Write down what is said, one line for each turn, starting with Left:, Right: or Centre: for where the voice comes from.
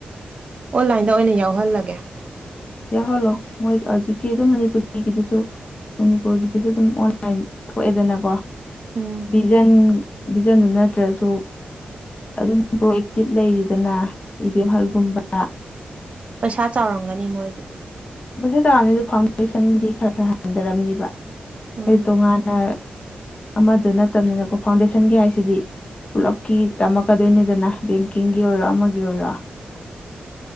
Right: ꯑꯣꯟꯂꯥꯏꯟꯗꯥ ꯑꯣꯏꯅꯥ ꯌꯥꯎꯍꯜꯂꯒꯦ
Left: ꯌꯥꯎꯍꯜꯂꯣ ꯃꯣꯏꯒꯤ ꯍꯧꯖꯤꯛꯀꯤ ꯑꯗꯨꯝ ꯃꯅꯤꯄꯨꯔꯤꯒꯤꯗꯨꯁꯨ ꯃꯅꯤꯄꯨꯔꯒꯤꯗꯨꯁꯨ ꯑꯗꯨꯝ ꯑꯣꯟꯂꯥꯏꯟꯗꯥ ꯊꯣꯛꯑꯦꯗꯅꯥꯀꯣ
Right: ꯎꯝꯝ
Left: ꯚꯤꯖꯟꯅ ꯚꯤꯖꯟꯗꯨ ꯅꯠꯇ꯭ꯔꯁꯨ ꯑꯗꯨꯝ ꯄ꯭ꯔꯣ ꯑꯌꯦꯛꯇꯤꯞ ꯂꯩꯔꯤꯗꯅ ꯏꯕꯦꯝꯍꯜꯒꯨꯝꯕꯥ
Right: ꯄꯩꯁꯥ ꯆꯥꯎꯔꯝꯒꯅꯤ ꯃꯣꯒꯤꯗꯤ
Left: ꯄꯩꯁꯁꯡꯥ ꯆꯥꯎꯔꯛꯑꯅꯤ ꯑꯗꯨ ꯐꯥꯎꯟꯗꯦꯁꯟꯒꯤꯗꯤ ꯈꯔ ꯈꯔ ꯍꯟꯊꯔꯝꯅꯤꯕ
Right: ꯎꯝ
Left: ꯍꯥꯏꯗꯤ ꯇꯣꯉꯥꯟꯅ ꯑꯃꯗ ꯅꯠꯇꯕꯅꯤꯅꯀꯣ ꯐꯥꯎꯟꯗꯦꯁꯟꯒꯤ ꯍꯥꯏꯁꯤꯗꯤ ꯄꯨꯜꯂꯞ ꯀꯤ ꯇꯝꯂꯀꯥꯗꯣꯏꯅꯤ ꯗꯅ ꯕꯦꯡꯀꯤꯡꯒꯤ ꯑꯣꯏꯔꯣ ꯑꯃꯒꯤ ꯑꯣꯏꯔꯣ